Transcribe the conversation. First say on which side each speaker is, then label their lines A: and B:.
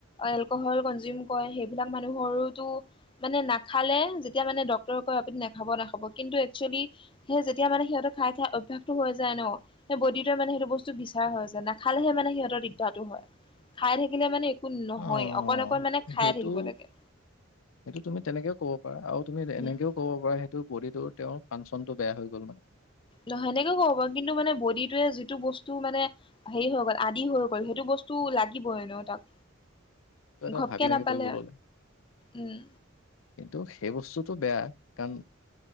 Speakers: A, on the left; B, on the left.
A: এলকহল কনজিউম কৰে সেইবিলাক মানুহৰোটো। মানে নাখালে যেতিয়া মানে ড্ক্তৰক কয় আপুনি নাখাব নাখাব কিন্তু একচুৱেলি। সেই যেতিয়া মানে সিহঁত খাই খাই অভ্যাসটো হৈ যায় ন। সেই বডিটে মানে সেইটো বস্তু বিচাৰ হৈ যে নাখালেহে মানে সিহঁতৰ দিগদাৰটো হয় খাই থাকিলে মানে। কি নহয়
B: অ'
A: অকন অকন মানে খাই
B: সেইটো
A: থাকিব লাগে।
B: সেইটো তুমি তেনেকও ক'ব পাৰা আৰু তুমি এনেকেও।
A: উম
B: ক'ব পৰা সেইটো বডি তো তেওঁৰ ফাংচনতটো বেয়া হৈ গ'ল মানে।
A: ন সেনেকে ক'ব পাৰু কিন্তু মানে বডিটোৱে যিটো বস্তু মানে। হেৰি হৈ গ'ল আদি হৈ গ'ল সেইটো বস্তু লাগিবইে ন তাক।
B: <unintelligible>
A: ঘপকে নাপালে
B: কৰিব ল'লে।
A: উম
B: কিন্তু সেই বস্তুটো বেয়া কাৰণ।